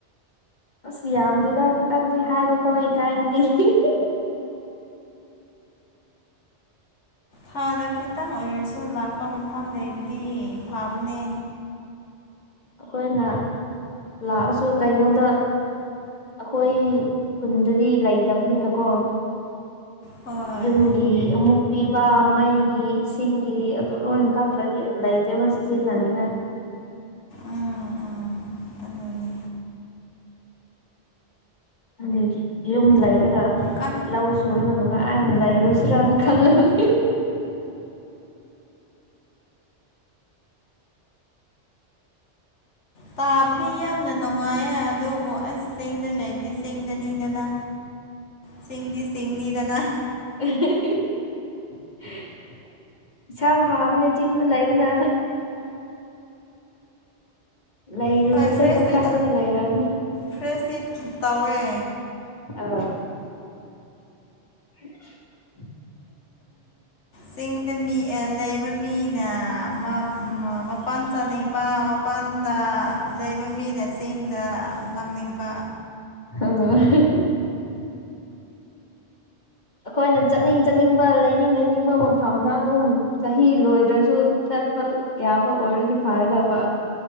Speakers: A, on the left (about 40°); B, on the left (about 80°).
A: ꯑꯁ ꯌꯥꯝꯗꯦꯗ ꯈꯤꯇꯪꯅꯦ ꯍꯥꯏꯕ ꯐꯥꯎ ꯏꯀꯥꯏꯕꯅꯤ <unintelligible>
B: ꯊꯥꯗ ꯈꯤꯇꯪ ꯑꯣꯏꯔꯁꯨ ꯂꯥꯛꯄ ꯃꯐꯝ ꯂꯩꯕꯗꯤ ꯐꯕꯅꯦ
A: ꯑꯩꯈꯣꯏꯅ ꯂꯥꯛꯑꯁꯨ ꯀꯩꯅꯣꯗ ꯑꯩꯈꯣꯏ ꯈꯨꯟꯗꯗꯤ ꯂꯩꯇꯕꯅꯤꯅꯀꯣ
B: ꯍꯣꯏ
A: ꯌꯨꯝꯒꯤ ꯑꯃꯨꯛ ꯄꯤꯕ ꯃꯩꯒꯤ ꯏꯁꯤꯡ ꯁꯤꯡꯒꯤ ꯑꯗꯨ ꯂꯣꯏ ꯀꯛꯈ꯭ꯔꯗꯤ ꯂꯩꯇꯦꯕ ꯁꯤꯖꯤꯟꯅꯅꯤꯡꯉꯥꯏ
B: ꯎꯝ ꯎꯝ ꯑꯗꯨꯅꯤ
A: ꯑꯗꯨꯗꯤ ꯌꯨꯝ ꯂꯩꯔꯒ
B: ꯀꯟ
A: ꯂꯧ ꯁꯨꯔꯒ ꯅꯨꯡꯉ ꯥꯏꯅ ꯂꯩꯥꯏꯔꯨꯁꯤꯔ ꯈꯜꯂꯕꯅꯤ
B: ꯇꯥꯕꯗꯤ ꯌꯥꯝꯅ ꯅꯨꯡꯉꯥꯏꯌꯦ ꯑꯗꯨꯕꯨ ꯑꯁ ꯆꯤꯡꯗ ꯂꯩꯕꯗꯤ ꯆꯤꯡꯗꯅꯤꯗꯅ
A: <inaudible>
B: ꯆꯤꯡꯗꯤ ꯆꯤꯡꯅꯤꯗꯅ
A: <unintelligible> ꯏꯁꯥ ꯐꯕꯅꯦ ꯆꯤꯡꯗ ꯂꯩꯕꯅ ꯂꯩꯔꯨꯔꯁꯦꯅ
B: ꯍꯣꯏ ꯐ꯭ꯔꯦꯁꯇꯤ
A: ꯈꯜꯂꯒ ꯂꯩꯔꯕꯅꯦ
B: ꯐ꯭ꯔꯦꯁꯇꯤ ꯇꯧꯋꯦ
A: ꯑꯥꯎ <unintelligible> <inaudible>
B: ꯆꯤꯡꯗ ꯃꯤ ꯑꯦ ꯂꯩꯕ ꯃꯤꯅ ꯍꯥ ꯃꯄꯥꯟ ꯆꯥꯅꯤꯡꯕ ꯃꯄꯥꯟꯗ ꯂꯩꯕ ꯃꯤꯅ ꯆꯤꯡꯗ ꯂꯥꯛꯅꯤꯡꯕ
A: <unintelligible> ꯑꯩꯈꯣꯏꯅ ꯆꯠꯅꯤꯡ ꯆꯠꯅꯤꯡꯕ ꯂꯩꯅꯤꯡ ꯂꯩꯅꯤꯡꯕ ꯃꯐꯝꯗ ꯑꯗꯨꯝ ꯆꯍꯤ ꯂꯣꯏꯗ꯭ꯔꯁꯨ ꯆꯠꯄ ꯌꯥꯕ ꯑꯣꯏꯔꯗꯤ ꯐꯥꯒꯗꯕ